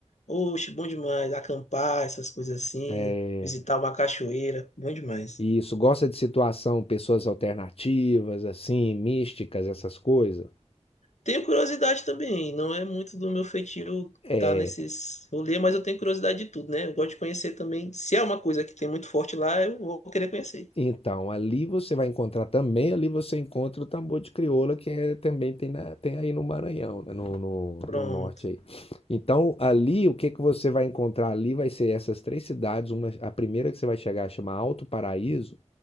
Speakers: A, on the left (about 75°); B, on the left (about 55°).
A: Oxe, bom demais. Acampar, essas coisas assim.
B: É,
A: Visitar uma cachoeira. Bom demais.
B: E isso, gosta de situação, pessoas alternativas, assim, místicas, essas coisas?
A: Tenho curiosidade também. Não é muito do meu feitio
B: É,
A: estar nesses rolês, mas eu tenho curiosidade de tudo, né? Eu gosto de conhecer também. Se é uma coisa que tem muito forte lá, eu vou querer conhecer.
B: então, ali você vai encontrar também, ali você encontra o tambor de crioula, que é, também tem, na- tem aí no Maranhão, né, no, no,
A: Pronto.
B: no norte aí. Então, ali, o que que você vai encontrar ali vai ser essas três cidades, uma, a primeira que você vai chegar chama Alto Paraíso,